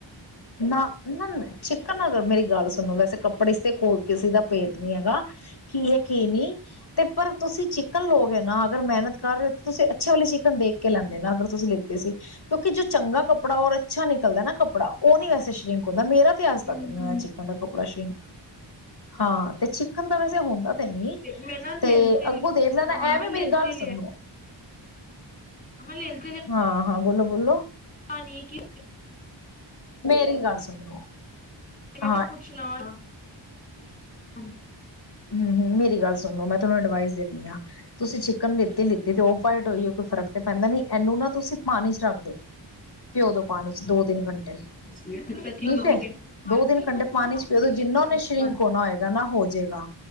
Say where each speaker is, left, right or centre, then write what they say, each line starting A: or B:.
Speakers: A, on the left (about 55°); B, on the left (about 20°).
A: ਨਾ ਨਾ ਨਾ ਚਿਕਨ ਦਾ ਹੈਗਾ। ਮੇਰੀ ਗੱਲ ਸੁਣੋ, ਵੈਸੇ ਕੱਪੜੇ ਇਸਤੇ ਕੋਈ ਕਿਸੇ ਦਾ ਭੇਤ ਨੀ ਹੈਗਾ। ਕੀ ਹੈ ਕੀ ਨਹੀਂ, ਤੇ ਪਰ ਤੁਸੀਂ ਚਿਕਨ ਚਿਕਨ ਲੋਗੇ ਹੈ ਨਾ, ਅਗਰ ਮਿਹਨਤ ਕਰ ਰਹੇ ਹੋ, ਤੁਸੀਂ ਅੱਛੀ ਵਾਲੀ ਚਿਕਨ ਦੇਖ ਕੇ ਲੈਂਦੇ ਨਾ ਅਗਰ ਤੁਸੀਂ ਲੈਦੇ ਸੀ, ਕਿਉਂਕਿ ਜੋ ਚੰਗਾ ਕੱਪੜਾ ਔਰ ਅੱਛਾ ਨਿਕਲਦਾ ਨਾ ਕੱਪੜਾ ਉਹ ਨੀ ਵੈਸੇ ਸ਼ਰਿੰਕ ਹੁੰਦਾ, ਮੇਰਾ ਤੇ ਅੱਜ
B: ਹੂੰ
A: ਤੱਕ ਨਹੀਂ
B: ਹੂੰ
A: ਹੋਇਆ ਚਿਕਨ ਦਾ ਕੱਪੜਾ ਸ਼ਰਿੰਕ ਹਾਂ। ਤੇ ਚਿੱਖਣ ਤਾਂ ਵੈਸੇ ਹੁੰਦਾ ਤੇ ਨੀ,
B: ਮੈਂ ਨਾ
A: ਤੇ
B: ਲਿਲ
A: ਅੱਗੋਂ ਦੇਖ ਲੈਂਣਾ
B: ਹਾਂ
A: ਐਵੇਂ
B: ਮੈਂ ਲਿਲ
A: ਮੇਰੀ ਗੱਲ
B: ਤੇ
A: ਸੁਣੋ।
B: ਅਮੇ ਲੇਲ <inaudible>
A: ਹਾਂ ਹਾਂ, ਬੋਲੋ ਬੋਲੋ।
B: ਪਾਨੀ ਏ ਕੀ
A: ਮੇਰੀ ਗੱਲ ਸੁਣੋ।
B: ਮੈਂ
A: ਹਾਂ
B: ਕਿਹਾ ਪੁੱਛ ਲਵਾਂ, ਹਾਂਜੀ।
A: ਹੂੰ ਹੂੰ, ਮੇਰੀ ਗੱਲ ਸੁਣੋ, ਮੈਂ ਤਨੂ ਅਡਵਾਈਸ ਦਿੰਣੀ ਆਂ, ਤੁਸੀਂ ਚਿਕਨ ਲਿਤੀ ਲਿੱਤੀ, ਤੇ ਔਫਵਾਈਟ ਹੋਈ, ਔ ਕੋਈ ਫਰਕ ਤੇ ਪੈਂਦਾ ਨੀ। ਐਨੂੰ ਨਾ ਤੁਸੀਂ ਪਾਣੀ ਚ ਰੱਖ ਦੋ, ਪਿਔ ਦੋ ਪਾਣੀ ਚ ਦੋ-ਤਿੰਨ ਘੰਟੇ। ਠੀਕ
B: ਅੱਛਾ
A: ਹੈ,
B: ਠੀਕ ਹੈ
A: ਦੋ-ਤਿੰਨ ਘੰਟੇ
B: ਠੀਕ
A: ਪਾਣੀ ਚ ਪਿਔ ਦੋ ਜਿੰਨਾ
B: ਹੈ
A: ਔਨੇ ਸ਼ਰੀੰਕ
B: ਠੀਕ
A: ਹੋਣਾ,
B: ਹੈ ਹਾਂਜੀ
A: ਹੋਏ ਗਾ ਨਾ, ਹੋ ਜੇਗਾ।